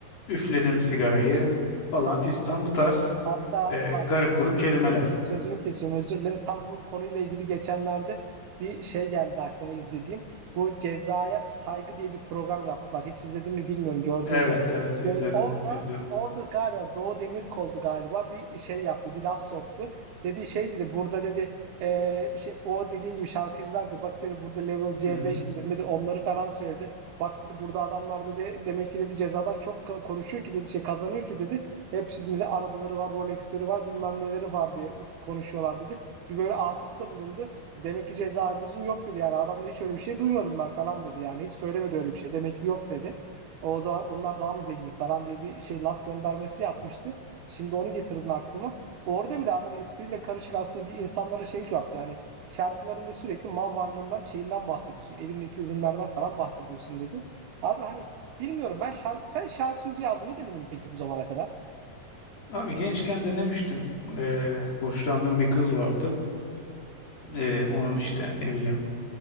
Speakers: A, on the left (about 75°); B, on the right (about 70°).
A: üfledim sigarayı falan fistan bu tarz
B: Hatta
A: e,
B: var.
A: garip grup kelimeler.
B: Dur dur sözünü kesiyorum özür dilerim. Tam bu konuyla ilgili geçenlerde bir şey geldi aklıma izlediğim. Bu Cezaya Saygı diye bir program yaptılar. Hiç izledin mi bilmiyorum gördün
A: Evet,
B: mü?
A: evet izledim,
B: Böyle orada
A: izledim.
B: orada galiba Doğu Demirkol'du galiba bir şey yaptı bir laf soktu. Dedi şey dedi burada dedi eee, şey, o dediğin gibi şarkıcılar dedi bak dedi burada level C5
A: Hı hı.
B: midir nedir onları falan söyledi. Bak dedi burada adamlar dedi demek ki dedi cezadan çok ka- konuşuyor ki dedi şey kazanıyor ki dedi. Hepsinde de arabaları var, Rolex'leri var, bilmem neleri var diye konuşuyorlar dedi. Bir böyle atıfta bulundu. Demek ki cezaevimizin yok dedi yani. Adam da hiç öyle bir şey duymadım ben falan dedi yani. Hiç söylemedi öyle bir şey. Demek ki yok dedi. O zaman onlar daha mı zengin falan diye bir şey laf göndermesi yapmıştı. Şimdi onu getirdin aklıma. Orada bile adam espriyle karışık aslında bir insanlara şey yaptı. Yani şarkılarında sürekli mal varlığından şeyinden bahsediyorsun. Elindeki ürünlerden falan bahsediyorsun dedi. Abi hani bilmiyorum ben şar- sen şarkı sözü yazmayı denedin mi peki bu zamana kadar?
A: Abi gençken denemiştim. E, hoşlandığım bir kız vardı. E, onun işte ne bileyim